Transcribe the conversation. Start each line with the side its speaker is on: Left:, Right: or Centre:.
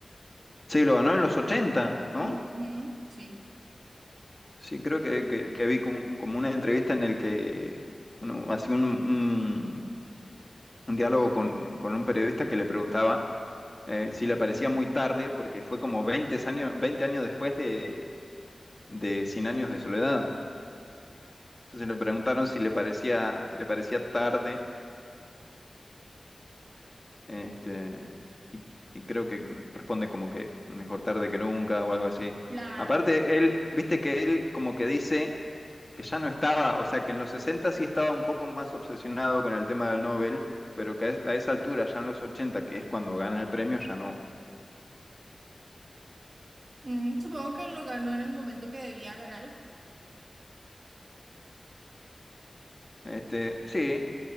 Left: Sí, lo ganó en los ochenta ¿no?
Right: ujú, sí.
Left: Sí, creo que, que- que vi como, como una entrevista en el que uno hacía un, un- un diálogo con, con un periodista que le preguntaba eh, si le parecía muy tarde porque fue como veinte años, veinte años después de, de cien años de soledad. Entonces le preguntaron si le parecía, le parecía tarde, este, y, y creo que responde como que mejor tarde que nunca o algo así.
Right: Claro.
Left: Aparte, él, viste que él como que dice que ya no estaba, o sea, que en los 60 sí estaba un poco más obsesionado con el tema del Nobel, pero que a es- a esa altura, ya en los 80, que es cuando gana el premio, ya no.
Right: Mm, supongo que lo ganó en el momento que debía ganarlo.
Left: Este, sí,